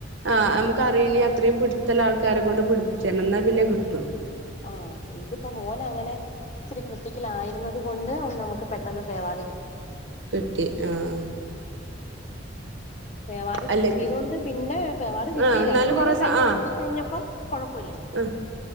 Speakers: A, on the right; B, on the left.
A: ആ നമുക്ക് അറിയില്ല അത്രയും പിടിച് ചെല ആൾക്കാരെ കൊണ്ട് പിടിപ്പിച്ചനേ എന്നാൽ പിന്നെ കിട്ടും
B: ആഹ് ഇതിപ്പോ മോന് അങ്ങനെ ഇച്ചിരി ക്രിറ്റിക്കൽ ആയിരുന്നത് കൊണ്ട് ആ നമുക്ക് പെട്ടെന്ന് പേവാഡ് കിട്ടി
A: കിട്ടി ആഹ്
B: പേവാഡ് കിട്ടിയത്
A: അല്ലെങ്കി
B: കൊണ്ട് പിന്നെ പേവാഡ് കിട്ടി
A: ആഹ് എന്നാലും
B: രണ്ടുപേരേം
A: കൊറെ സ
B: കൈയ്
A: ആഹ്
B: കിട്ടിക്കഴിഞ്ഞപ്പോ കുഴപ്പമില്ലായിരുന്നു
A: ആഹ്